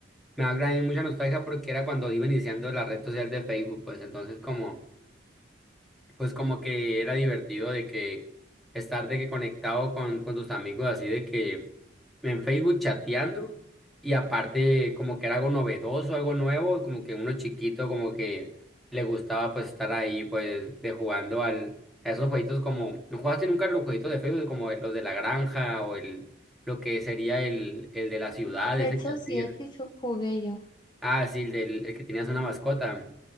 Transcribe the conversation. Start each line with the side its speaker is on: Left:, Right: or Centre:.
Centre: me da gran- mucha nostalgia porque era cuando iba iniciando la red social de Facebook, pues entonces como pues como que era divertido de que estar de que conectado con, con tus amigos así de que en Facebook chateando y aparte como que era algo novedoso, algo nuevo, como que uno chiquito como que le gustaba pues estar ahí pues de jugando al a esos jueguitos como no jugaste nunca los jueguitos de Facebook como los de la granja o el lo que sería el el de la ciudad
Left: Techo
Centre: ese que hacía.
Left: 7 y su- jugué yo.
Centre: Ah, sí, el del el que tenías una mascota.